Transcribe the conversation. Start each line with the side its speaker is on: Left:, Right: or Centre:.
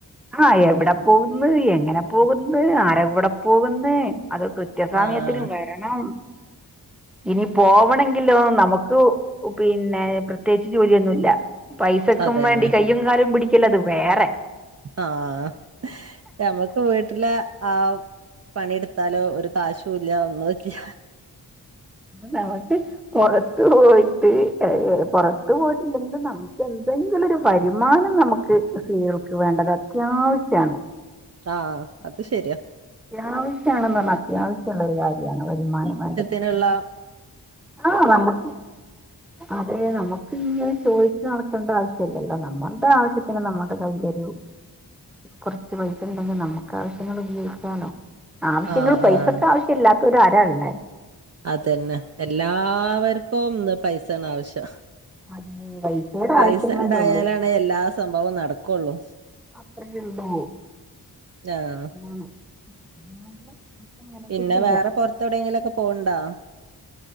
Centre: ആഹ് എവ്ടെ പോക്ന്ന് എങ്ങനെ പോകുന്നു ആരെ കൂടെ പോകുന്ന് അത് കൃത്യസമയത്തിന്
Right: ആഹ്
Centre: വേ എണം ഇനി പോവണങ്കിലോ നമുക്കു പിന്നെ പ്രത്യേച്ച് ജോലിയൊന്നുല്ല പൈസക്കും
Right: അതന്നെ
Centre: വേണ്ടി കയ്യും കാലും പിടിക്കലത് വേറെ
Right: ആഹ് ൻമ ഉം വീട്ട്ലെ ആഹ് പണിട്ത്താലേ ഒരു കാശൂല്ല ഒന്നുല്യ
Centre: നമക്ക് പൊറത്ത് പോയിറ്റ് എഹ് പൊറത്ത് പോയിട്ടില്ലെങ്കിലും നമ എന്തെങ്കിലൊരു വരുമാനം നമക്ക് സ്ത്രീകൾക്ക് വേണ്ടത അത്യാവശ്യണ്
Right: ആഹ് അത് ശര്യാ
Centre: ത്യാവശ്യാണെന്നർഞ്ഞാ അത്യാവശ്യള്ളൊരു കാര്യണ് വരുമാനം വേണ്ട
Right: ന്ന്ള്ളാ
Centre: ആഹ് നമക്ക് അതെ നമക്കിങ്ങനെ ചോയിച്ച് നടക്കണ്ട ആവശ്യല്ലല്ലോ നമ ഫണ്ടാവശ്യത്തിന് നമ ൻ്റെ കയ്യിലൊരു കൊറച്ച് പൈസണ്ടെങ്കി നമക്ക് ആവശ്യങ്ങൾ ഉപയോഗിക്കാലോ ആവശ്യങ്ങൾ
Right: ആഹ്
Centre: പൈസക്ക്
Right: ആഹ്
Centre: ആവശ്യം ഇല്ലാത്തോരാ ആരാ ഹ്ള്ളേ
Right: അതന്നെ എല്ലാ ആവര്ക്കുംന്ന് പൈസേണ് ആവശ്യം
Centre: അത് പൈസയുടെ
Right: പൈസണ്ടായാലാ
Centre: ആവശ്യങ്ങളല്ലേ ഉള്ളൂ
Right: ണ് എല്ലാ സംഭവം നടക്കൊള്ളു
Centre: അത്രള്ളൂ
Right: ആഹ്
Centre: അതാണ് അതാവുമ്പോ നമുക്ക് അങ്ങനൊക്കെ
Right: പിന്നെ
Centre: ചെയ്യാം
Right: വേറെ പൊർത്തവ്ടെങ്കിലൊക്കെ പോൺണ്ടാ